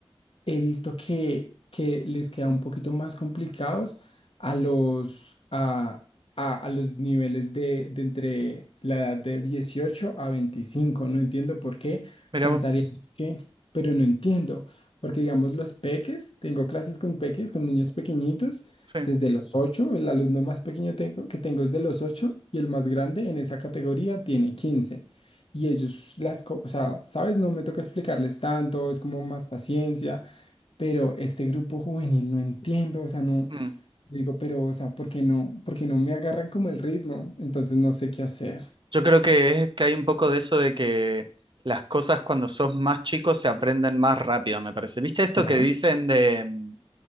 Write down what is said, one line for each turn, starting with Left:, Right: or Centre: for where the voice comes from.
Left: he visto que, que les queda un poquito más complicados a los, a, a- a los niveles de, de entre la edad de dieciocho a veinticinco No entiendo por qué.
Right: mira
Left: Pensaría
Right: vos.
Left: que, pero no entiendo. Porque, digamos, los peques, tengo clases con peques, con niños pequeñitos,
Right: Sí.
Left: desde los 8. El alumno más pequeño tengo, que tengo es de los 8 y el más grande en esa categoría tiene quince Y ellos, las, co- o sea, ¿sabes? No me toca explicarles tanto, es como más paciencia pero este grupo juvenil no entiendo, o sea, no,
Right: Mm.
Left: digo, pero, o sea, ¿por qué no, por qué no me agarran como el ritmo? Entonces no sé qué hacer.
Right: Yo creo que es que hay un poco de eso de que las cosas cuando sos más chico se aprenden más rápido, me parece. ¿Viste esto
Left: ¿Será?
Right: que dicen de... mm,